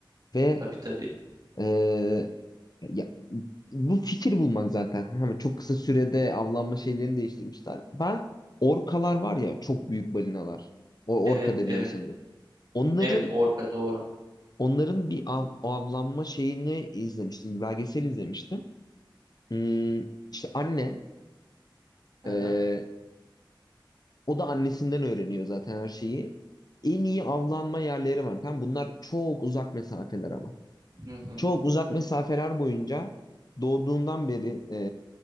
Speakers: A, on the left; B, on the right.
A: Ve
B: Tabii tabii.
A: e, ya, bu fikir bulmak zaten. Hemen çok kısa sürede avlanma şeylerini değiştirmişler. Ben orkalar var ya çok büyük balinalar. O
B: Evet,
A: orka deniyordu
B: evet.
A: sanırım. Onların
B: Evet, orka doğru.
A: Onların bir av, avlanma şeyini izlemiştim. Bir belgesel izlemiştim. Hmm, işte anne
B: Hı
A: e,
B: hı.
A: o da annesinden öğreniyor zaten her şeyi. En iyi avlanma yerleri var. Tamam, bunlar çok uzak mesafeler ama.
B: Hı hı.
A: Çok uzak mesafeler boyunca doğduğundan beri e,